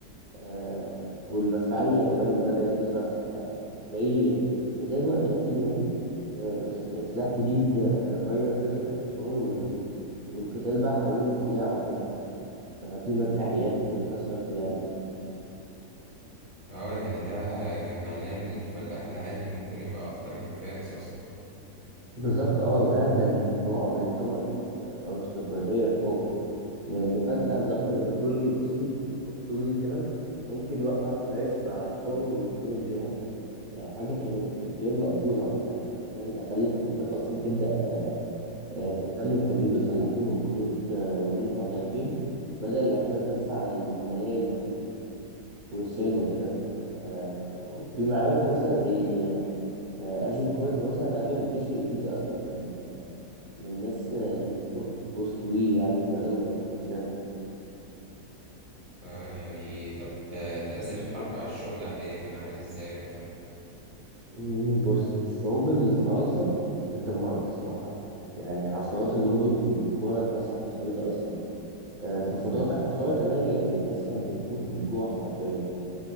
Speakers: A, on the right; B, on the left.
A: آه والمدفعية كمان بدأت تظهر ساعتها يعني مش زي مش زي دلوقتي أكيد يعني آه بس كان سلاح جديد آه غير فكرة الحصار وال... والقتال بقى حوالين القلاع وكده عشان بقى في مدفعيات ممكن تكسر القلاع دي
B: اه يعني ده كان معناه إن الفلاح العادي ممكن يبقى أخطر من الفارس أصلا
A: بالظبط اه ده كان رعب للطبقة الأرستقراطية في أوروبا لأن فجأة ظهر جندي بسيط بقوس طويل كده ممكن يوقع فارس من على حصانه ويخترق دراعه آه، حاجة كانت غير مقبولة وقتها يعني فاهم ده خلى الحكومات أصلا تبدأ آه، تهتم بتدريب الفلاحين والجنود آه، وجنود محترفين بدل الاعتماد بس على النبلاء اللي كانوا بيبقوا فرسان وكده آه، وفي معارك مثلا زي آه، أجنكورت مثلا أغلب الجيش الإنجليزي أصلا كان من من الناس آه، اللي مسكوا قوس طويل يعني بدل ما يبقوا فرسان
B: اه يعني طب آه، تأثير الحرب على الشعوب العادية كان عامل ازاي وقتها؟
A: مم، بص الشعوب اللي في فرنسا اتدمرت الصراحة يعني عشرات المدن والقرى اتمسحت من الخريطة أصلا آه، في فترات الحصار كمان يعني الناس كانت بتموت من الجوع حرفيا يعني